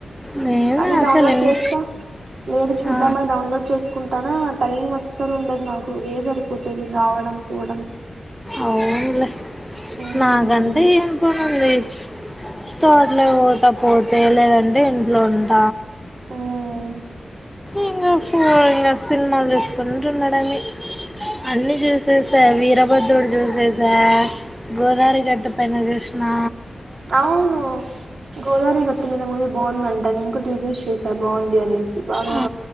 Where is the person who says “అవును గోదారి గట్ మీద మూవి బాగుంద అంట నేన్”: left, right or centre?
Right